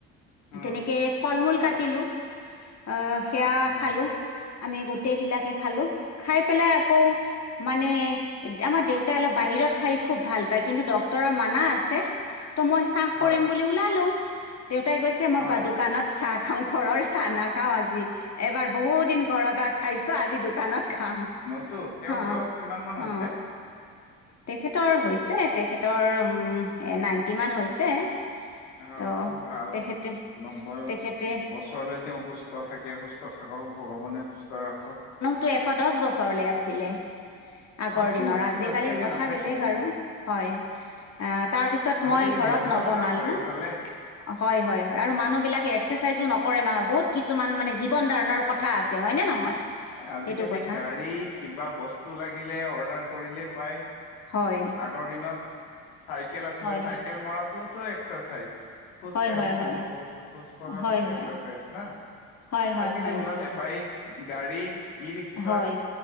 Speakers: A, on the left; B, on the left.
A: উম,
B: তেনেকে ফল- মূল
A: হয়,
B: কাটিলো। আহ, সেয়া
A: উম,
B: খালোঁ, আমি গোটেই বিলাকে খালোঁ, খাই পেলাই আকৌ মানে আমাৰ দেউতাই অলপ বাহিৰত খাই খুব ভাল পায়, কিন্তু ডক্টৰৰ মানা আছে। ত' মই চাহ
A: হয়,
B: কৰিম বুলি ওলাললোঁ। দেউতাই কৈছে মই
A: হয়।
B: দোকানত চাহ খাম ঘৰৰ চাহ নাক নখাও আজি। এবাৰ বহুত দিন ঘৰত খাইছোঁ আজি দোকানত খাম।
A: ত' তেওঁৰ
B: হা
A: বয়স কিমান মান
B: হা
A: হৈছে?
B: তেখেতৰ হৈছে, তেখেতৰ উম নাইণ্টি মান হৈছে।
A: অ'
B: ত'
A: খুব ভাল
B: তেখেতে
A: নব্বৈ
B: তেখেতে
A: বছৰলৈ তেওঁ সুস্থ থাকে, সুস্থ সুস্থ থাকক, ভগৱানে সুস্থ ৰাখক।
B: টো এশ দহ বছৰলৈ আছিলে। আগৰ
A: আছিল,
B: দিনৰ
A: আছিল,
B: আজিকালিৰ
A: আজিকালি
B: কথা
A: নাথাকে
B: বেলেগ
A: উম।
B: আৰু হয়। আ, তাৰপিছত
A: আজিকালি
B: মই ঘৰত
A: ভেজাল
B: নবনালোঁ।
A: না চাৰিওফালে।
B: হয়- হয়- হয় আৰু মানুহ বিলাকে এক্সাৰচাইজো নকৰে নহয়, বহুত কিছুমান মানে জীৱন ধাৰণৰ কথা কথা আছে হয়নে নহয়?
A: এ আজিকালি
B: সেইটো কথা
A: গাড়ী কিবা বস্তু লাগিলে অৰ্ডাৰ কৰিলেই পায়।
B: হয়
A: আগৰ দিনত, চাইকেল আছিলে
B: হয়
A: চাই চাইকেল মৰাটোতো এক্সাৰচাইজ, খোজ
B: হয়
A: কঢ়িছিল
B: হয় হয়
A: বহুত। খোজ কঢ়াটোতো
B: হয়
A: এক্সাৰচাইজ
B: হয়
A: না।
B: হয় হয়
A: আজিকালি
B: হয়
A: ওলালে বাইক গাড়ী ৰিকছা।
B: হয়